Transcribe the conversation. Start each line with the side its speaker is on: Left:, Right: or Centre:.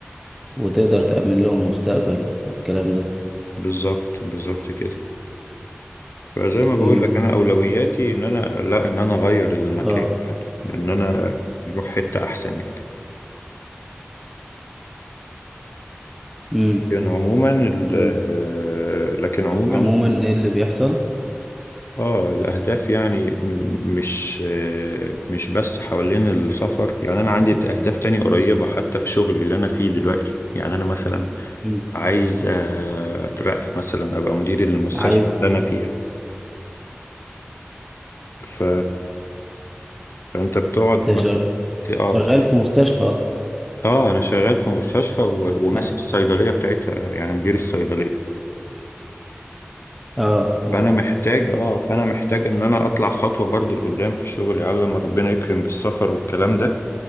Centre: وتقدر تأمن لهم مستقبل والكلام ده
Left: بالظبط بالظبط كده فزي ما بقول
Centre: امم
Left: لك انا اولوياتي ان انا لا ان انا اغير المكان
Centre: اه
Left: يعني ان انا اروح حته احسن يعني
Centre: امم
Left: لكن عموما ال-
Centre: امم
Left: آه، لكن عموما
Centre: عموما ايه اللي بيحصل
Left: اه الاهداف يعني م- مش مش بس حوالين السفر يعني انا عندي اهداف تانية قريبه حتى في شغلي اللي انا فيه دلوقتي يعني انا مثلا
Centre: مم.
Left: عايز آه، اترقى مثلا ابقى مدير المستشفى
Centre: عايز
Left: اللي انا فيها ف... فانت بتقعد
Centre: امم
Left: مثلا اه
Centre: شغال في مستشفى اصلا
Left: اه انا شغال في مستشفى و- وماسك
Centre: اه
Left: الصيدليه بتاعتها يعني مدير الصيدليه
Centre: اه آه.
Left: فانا محتاج اه فانا محتاج ان انا اطلع خطوه برضو لقدام في شغلي على لما ربنا يكرم بالسفر والكلام ده